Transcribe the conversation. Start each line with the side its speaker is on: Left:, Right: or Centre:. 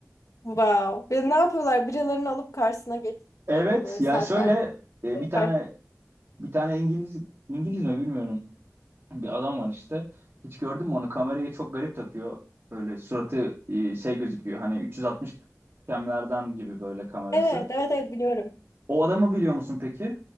Left: Wow. Ya ne yapıyorlar? Birilerini alıp karşısına geçiyor.
Right: Evet
Left: böyle
Right: ya
Left: saatler.
Right: şöyle e,
Left: Çok
Right: bir tane
Left: farklı.
Right: bir tane İngiliz İngiliz mi bilmiyorum. Bir adam var işte. Hiç gördün mü onu? Kamerayı çok garip takıyor. Böyle suratı e, şey gözüküyor. Hani 360 kemlerden gibi böyle kamerası.
Left: Evet, evet, evet biliyorum.
Right: O adamı biliyor musun peki?